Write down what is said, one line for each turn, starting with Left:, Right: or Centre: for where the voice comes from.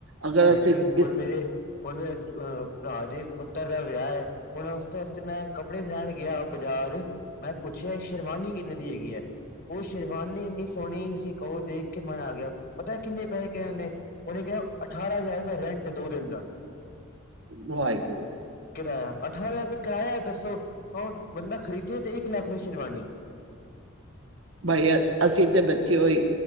Right: ਅਗਰ
Left: ਭੈਣ
Right: ਅਸੀਂ
Left: ਜੀ ਹੁਣ
Right: ਇਸ
Left: ਮੇਰੇ ਹੁਣ ਮੇਰੇ ਅ ਭਰਾ ਦੇ ਪੁੱਤਰ ਦਾ ਵਿਆਹ ਹੈ ਹੁਣ ਵਸਤੇ ਮੈਂ ਕੱਪੜੇ ਲੈਣ ਗਿਆ ਬਾਜ਼ਾਰ ਮੈਂ ਪੁੱਛਿਆ ਸ਼ੇਰਵਾਨੀ ਕਿੰਨੇ ਦੀ ਹੈਗੀ ਹੈ ਉਹ ਸ਼ੇਰਵਾਨੀ ਇੰਨੀ ਸੋਹਣੀ ਤੁਸੀਂ ਕਹੋ ਦੇਖ ਕੇ ਮਨ ਆ ਗਿਆ ਪਤਾ ਕਿੰਨੇ ਪੈਸੇ ਕਿਹਾ ਉਹਨੇ ਕਿਹਾ ਅਠਾਰਾਂ ਹਜ਼ਾਰ ਰੁਪਇਆ ਰੈਂਟ ਦੋ ਦਿਨ ਦਾ
Right: ਵਾਹਿਗੁਰੂ
Left: ਕਿਰਾਇਆ ਅਠਾਰਾਂ ਹਜ਼ਾਰ ਕਿਰਾਇਆ ਦੱਸੋ ਹੁਣ ਬੰਦਾ ਖਰੀਦੇ ਤੇ ਇੱਕ ਲੱਖ ਸ਼ੇਰਬਾਨੀ
Right: ਬਾਈ ਅਸੀਂ ਤੇ ਬੱਚੇ ਹੋਈ